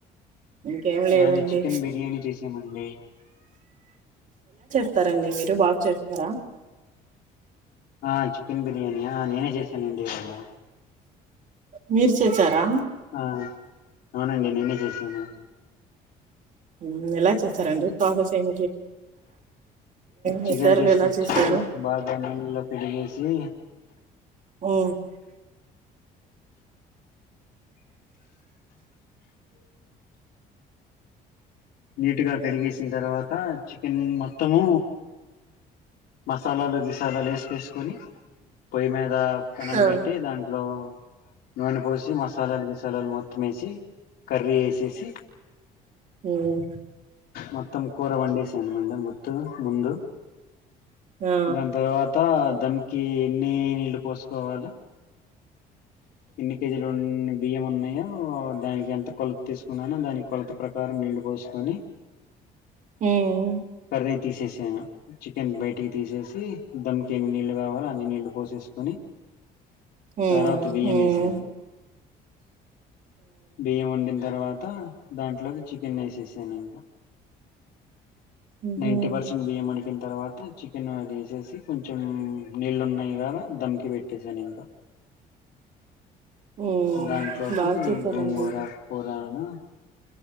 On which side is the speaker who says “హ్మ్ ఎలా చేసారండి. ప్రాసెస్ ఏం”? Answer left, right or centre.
Right